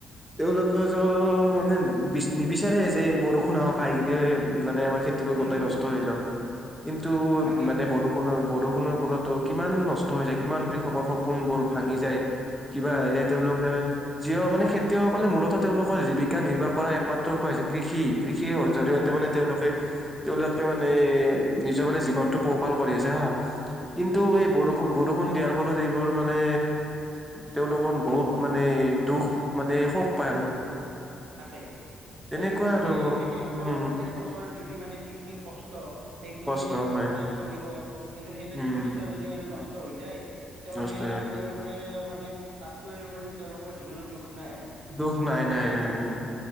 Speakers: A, in the centre; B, on the right (about 85°).
A: তেওঁলোক মানে বিচ নিবিচাৰে যে বৰষুণ আহক আহি কিনে মানে আমাৰ খ
B: উম,
A: গোটেই
B: উম,
A: নষ্ট হৈ যাওঁ। কিন্তু
B: তাকেই
A: মানে বৰ বৰষুণৰ ফলতো কিমান নষ্ট হৈ যায়, কিমান কৃষকৰ সপোন বোৰ ভাঙি যায়। কিবা
B: হয়,
A: তেওঁলোকে যি মানে খেতিয়কসকলে মূলত তেওঁলোকৰ জীৱিকা নিৰ্বাহ কৰা একমাত্ৰ উপায় হৈছে কৃষি। কৃষিৰ জৰিয়তে
B: হয়, হয়,
A: মানে তেওঁলোকে তেওঁলোকে মানে নিজৰ মানে জীৱনটো পোহপাল কৰি আহিছে হা। কিন্তু
B: উম, উম,
A: এই বৰষুণ-বৰষুণ দিয়াৰ ফলত এইবোৰ মানে তেওঁলোকৰ বহুত মানে দুখ মানে সুখ পায় আৰু।
B: তাকেই,
A: তেনেকুৱা
B: তাকোটো মানে
A: আৰু
B: খেতিয়কসকলৰ
A: উম
B: গোটেই বছ বছৰ জুৰি মানে যি খিনি কষ্ট সেইখিনি
A: কষ্ট
B: দি তেওঁলোকে
A: হয়
B: চলিব কিন্তু সেই যদি
A: উম
B: শস্য সেইখিনি আৰু নষ্ট হৈ যায়, তাতে
A: কষ্ট
B: মানে আৰু তেওঁলোক তাতে মানে তাতকৈ মানে তেওঁলোকৰ জীৱনত দুখ নাই আৰু।
A: দুখ
B: গতিকে
A: নাই নাই নাই উম।
B: হয়,